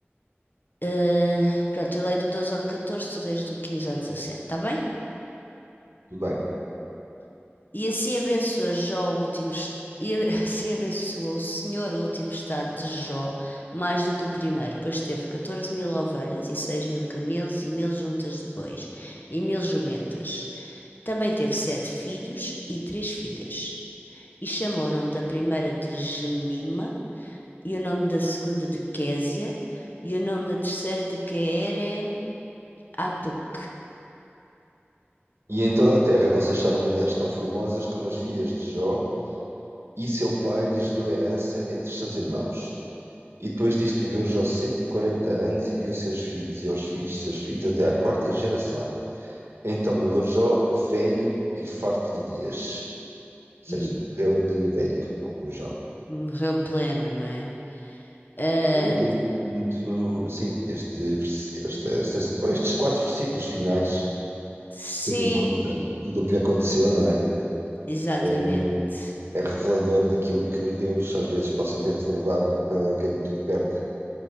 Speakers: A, on the left; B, on the right.
A: Eh, pronto, eu leio do doze ao catorze tu lês do 15 ao dezassete tá bem?
B: tudo bem.
A: E assim abençoa Jó o último, es- e a- <laughs> assim abençoou o Senhor o último estado de Jó mais do que o primeiro, pois teve 14 mil ovelhas e 6 mil camelos e mil juntas de bois e mil jumentas. Também teve sete filhos e três filhas. E chamou o nome da primeira de Gemima, e o nome da segunda de Késia, e o nome da terceira de Queren Apuk.
B: E em toda a terra não se acharam mulheres tão formosas como as filhas de Jó, e seu pai lhes deu herança entre seus irmãos. E depois disto viveu Jó 140 anos e viu seus filhos e aos filhos de seus filhos até à quarta geração. Então morreu Jó velho e farto de dias. Ou
A: Hum,
B: seja, morreu de velho, o Jó.
A: morreu pleno, não é? Ah,
B: É muito, é muito, sim, este, este, estes estes quatro versículos finais.
A: sim.
B: tendo em conta tudo o que lhe aconteceu, não é?
A: Exatamente,
B: É, é revelador daquilo que Deus às vezes possa ter reservado para quem tudo perde.